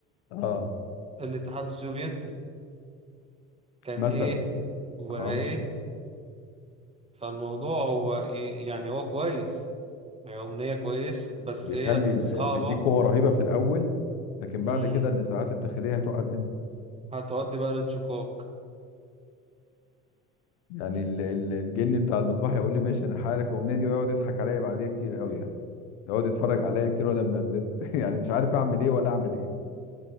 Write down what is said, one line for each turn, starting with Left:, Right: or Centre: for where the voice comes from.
Left: اه
Right: الاتحاد السوفيتي كان
Left: مثلا
Right: ايه وايه
Left: اه
Right: فالموضوع هو إيه يعني هو كويس يعني أمنية كويس بس
Left: بيخلي
Right: هي
Left: ال-
Right: صعبة
Left: بيديك قوة رهيبة في الأول لكن
Right: مم.
Left: بعد كده النزاعات الداخلية هتقع الدنيا
Right: هتؤدي بقى لانشقاق
Left: يعني ال- ال- الجني بتاع المصباح يقول لي ماشي انا هحارك ومنادي ويقعد يضحك عليا بعديها كتير قوي يعني يقعد يتفرج عليا كتير وانا م- مت- <laughs> يعني مش عارف اعمل ايه ولا اعمل ايه